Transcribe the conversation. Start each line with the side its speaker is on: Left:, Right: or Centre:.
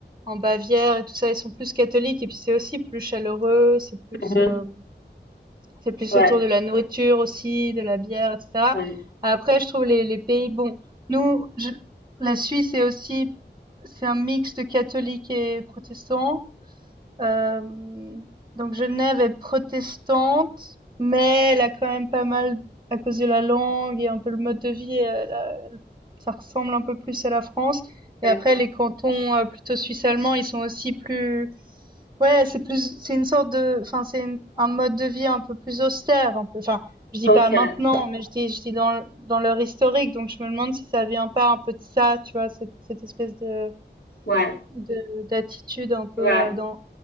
Right: en Bavière et tout ça, ils sont plus catholiques et puis c'est aussi plus chaleureux, c'est plus,
Left: Mhm.
Right: hem c'est plus
Left: Ouais,
Right: autour de la nourriture aussi, de la bière, etc.
Left: ouais,
Right: Après, je trouve les, les pays, bon, nous, je- la Suisse est aussi, c'est un mix de catholiques et protestants. Euh, donc Genève est protestante, mais elle a quand même pas mal, à cause de la langue et un peu le mode de vie, elle a- ça ressemble un peu plus à la France.
Left: d'accord.
Right: Et après, les cantons euh, plutôt suisse-allemands, ils sont aussi plus Ouais, c'est plus, c'est une sorte de, enfin, c'est une- un mode de vie un peu plus austère, un peu. Enfin, je dis
Left: Ok,
Right: pas maintenant, mais je dis, je dis dans, le- dans leur historique, donc je me demande si ça vient pas un peu de ça, tu vois, cette, cette espèce de,
Left: ouais,
Right: de- d'attitude un peu
Left: ouais.
Right: euh, dans,